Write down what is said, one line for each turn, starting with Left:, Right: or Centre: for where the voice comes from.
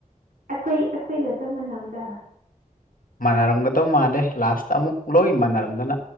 Right: ꯑꯩꯈꯣꯏ ꯑꯩꯈꯣꯏꯒ ꯆꯞ ꯃꯥꯟꯅꯕꯖꯥꯠꯂꯥ
Left: ꯃꯥꯟꯅꯔꯝꯒꯗꯧ ꯃꯥꯥꯟꯂꯦ ꯂꯥꯁꯇ ꯑꯃꯨꯛ ꯂꯣꯏ ꯃꯥꯟꯅꯔꯝꯗꯅ